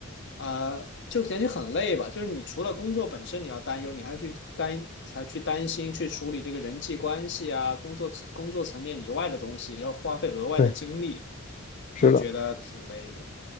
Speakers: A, on the left; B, on the left.
A: 啊、呃就感觉很累吧。就是你除了工作本身你要担忧，你还要去担还去担心去处理这个人际关系啊，工作工作层面以外的东西，要花费额外的精力，
B: 对，是的，
A: 就觉得挺累的。